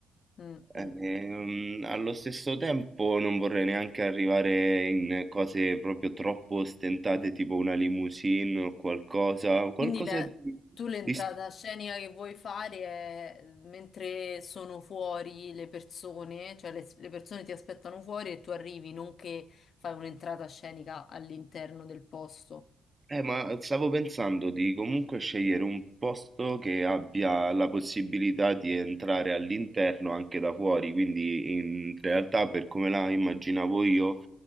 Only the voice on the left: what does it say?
Mm,
mm.
Quindi le-
tu l'entrata
scenica che vuoi fare è mentre sono fuori le persone, cioè le, le persone ti aspettano fuori e tu arrivi, non che fai un'entrata scenica all'interno del posto.